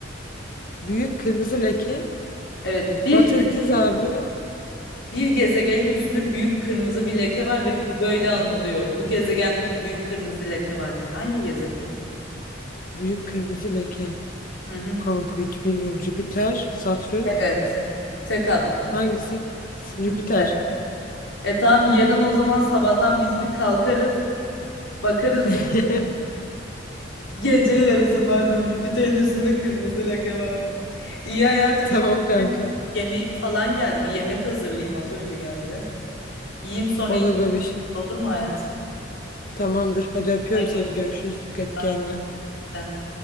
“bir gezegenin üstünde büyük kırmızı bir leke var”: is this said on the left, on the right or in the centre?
Left